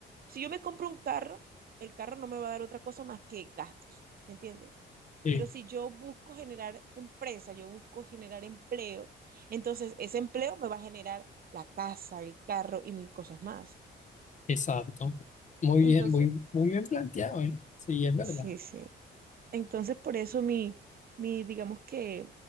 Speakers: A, on the right; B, on the left.
A: si yo me compro un carro, el carro no me va a dar otra cosa más que gastos, ¿me entiendes?
B: eh,
A: Pero si yo busco generar empresa, yo busco generar empleo, entonces ese empleo me va a generar la casa, el carro y mil cosas más.
B: exacto. Muy
A: Entonces,
B: bien, muy, muy bien planteado, ¿eh? Sí, es verdad.
A: sí, sí. Entonces por eso mi, mi, digamos que